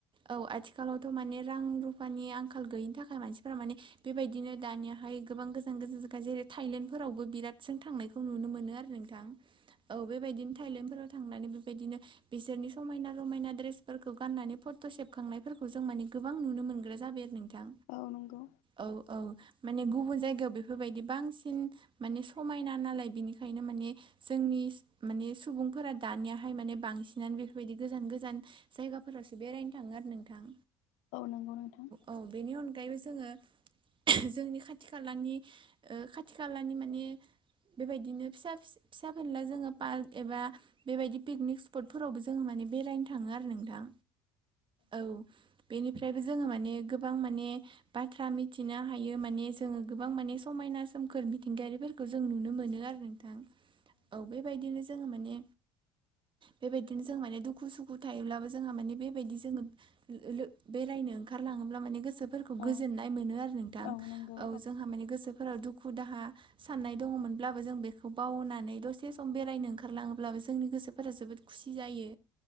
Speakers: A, on the right (about 35°); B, on the left (about 65°).
A: औ आथिखालाव थ' माने रां रुफानि आंखाल गैयिनि थाखाय मानसिफोरा माने बेबायदिनो दानियाहाय गोबां गोजान गोजान जायगा जेरै थाइलेण्डफोरावबो बिरादजों थांनायखौ नुनो मोनो आरो नोंथां औ बेबायदिन थाइलेण्डफोराव थांनानै बेबायदिनो बिसोरनि समायना रमायना ड्रेस फोरखौ गाननानै फट' सेबखांनायफोरखौ जों माने गोबां नुनो मोनग्रा जाबाय आरो नोंथां।
B: औ नंगौ।
A: औ औ माने गुबुन जायगायाव बेफोरबायदि बांसिन माने समायना नालाय बेनिखायनो माने जोंनिस माने सुबुंफोरा दानियाहाय माने बांसिनानो बेफोरबायदि गोजान गोजान जायगाफोरासो बेरायनो थाङो आरो नोंथां।
B: औ नंगौ नोंथां।
A: औ बेनि अनगायैबो जोङो जोंनि खाथि खालानि ओ खाथि खालानि माने बेबायदिनो फिसा फिस फिसा फेनला जोङो पार्क एबा बेबायदि पिकनिक स्पटफोरावबो जोङो माने बेरायनो थाङो आरो नोंथां औ। बेनिफ्रायबो जोङो माने गोबां माने बाथ्रा मिनथिनो हायो माने जोङो गोबां माने समायना सोमखोर मिथिंगायारिफोरखौ जों नुनो मोनो आरो नों थां औ बेबायदिनो जोङो माने बेबायदिनो जों माने दुखु सुखु थायोब्ला बो जोङो माने बेबायदि <unintelligible> बेरायनो ओंखार लाङोब्ला माने गोसो फोरखौ
B: औ
A: गोजोननाय मोनो आरो नोंथां
B: औ नंगौ
A: औ जोंहा माने गोसोफोराव दुखु दाहा साननाय दङ'मोनब्लाबो जों बेखौ बावनानै दसे सम बेरायनो ओंखारलाङोब्लाबो जोंनि गोसोफोरा जोबोद खुसि जायो।